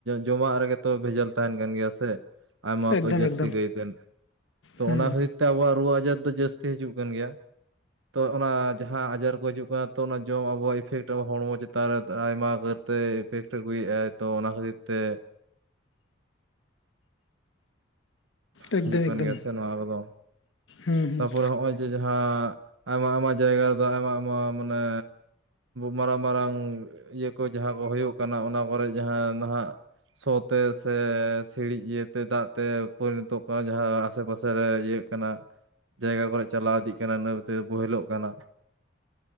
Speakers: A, on the right; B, on the left.
A: ᱡᱚᱢᱟᱜ ᱨᱮᱜᱮ ᱛᱚ ᱵᱷᱮᱡᱮᱞ ᱛᱟᱦᱮᱱ ᱠᱟᱱ ᱜᱮᱭᱟ ᱥᱮ᱾ ᱟᱭᱢᱟ
B: ᱮᱠᱫᱚᱢ
A: ᱠᱚ ᱡᱟᱹᱥᱛᱤ
B: ᱮᱠᱫᱚᱢ
A: ᱠᱟᱹᱭᱛᱮ ᱛᱚ
B: ᱦᱩᱸ
A: ᱚᱱᱟ ᱠᱷᱟᱹᱛᱤᱨ ᱛᱮ ᱟᱵᱚᱣᱟᱜ ᱨᱩᱣᱟᱹ ᱟᱡᱟᱨ ᱫᱚ ᱡᱟᱹᱥᱛᱤ ᱦᱤᱡᱩᱜ ᱠᱟᱱ ᱜᱮᱭᱟ᱾ ᱛᱚ ᱚᱱᱟ ᱡᱟᱦᱟᱸ ᱟᱡᱟᱨ ᱠᱚ ᱦᱤᱡᱩᱜ ᱠᱟᱱᱟ ᱛᱚ ᱚᱱᱟ ᱡᱚᱢ ᱟᱵᱚᱣᱟᱜ ᱤᱯᱷᱮᱠᱴ ᱟᱵᱚ ᱦᱚᱲᱢᱚ ᱪᱮᱛᱟᱱ ᱨᱮ ᱟᱭᱢᱟ ᱠᱟᱹᱨ ᱛᱮ ᱤᱯᱷᱮᱠᱴᱮ ᱟᱹᱜᱩᱭᱮᱫᱼᱟᱭ ᱛᱚ ᱚᱱᱟ ᱠᱷᱟᱹᱛᱤᱨ ᱛᱮ
B: ᱮᱠᱫᱚᱢ
A: ᱦᱤᱡᱩᱜ ᱠᱟᱱ
B: ᱮᱠᱫᱚᱢ
A: ᱜᱮᱭᱟ ᱥᱮ ᱱᱚᱣᱟ ᱠᱚᱫᱚ,
B: ᱦᱩᱸ ᱦᱩᱸ
A: ᱛᱟᱯᱚᱨᱮ ᱦᱚᱜᱼᱚᱭ ᱡᱮ ᱡᱟᱦᱟᱸ ᱟᱭᱢᱟ ᱟᱭᱢᱟ ᱡᱟᱭᱜᱟ ᱨᱮᱫᱚ ᱟᱭᱢᱟ ᱟᱭᱢᱟ ᱢᱟᱱᱮ, ᱢᱟᱨᱟᱝ ᱢᱟᱨᱟᱝ ᱤᱭᱟᱹ ᱠᱚ ᱡᱟᱦᱟᱸ ᱠᱚ ᱦᱩᱭᱩᱜ ᱠᱟᱱᱟ ᱚᱱᱟ ᱠᱚᱨᱮᱜ ᱡᱟᱦᱟᱸ ᱱᱟᱦᱟᱜ ᱥᱚ ᱛᱮ ᱥᱮ ᱥᱤᱲᱤᱡ ᱤᱭᱟᱹᱛᱮ ᱫᱟᱜ ᱛᱮ ᱯᱚᱨᱤᱱᱚᱛᱚᱜ ᱠᱟᱱᱟ ᱡᱟᱦᱟᱸ ᱟᱥᱮ ᱯᱟᱥᱮ ᱨᱮ ᱤᱭᱟᱹᱜ ᱠᱟᱱᱟ ᱡᱟᱭᱜᱟ ᱠᱚᱨᱮ ᱪᱟᱞᱟᱣ ᱤᱫᱤᱜ ᱠᱟᱱᱟ ᱱᱟᱹᱣᱛᱮ ᱵᱳᱹᱦᱮᱞᱚᱜ ᱠᱟᱱᱟ